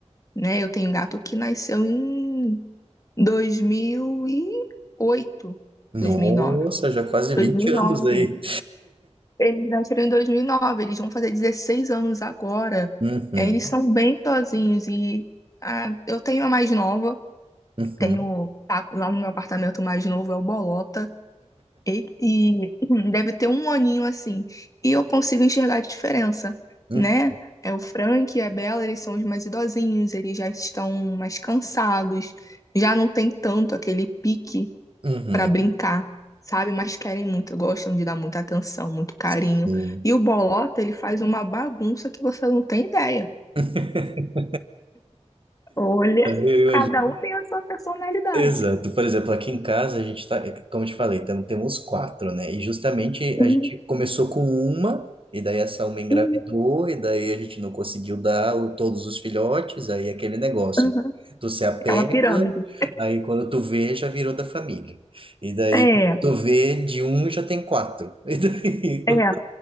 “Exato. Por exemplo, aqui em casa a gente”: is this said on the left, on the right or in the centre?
Right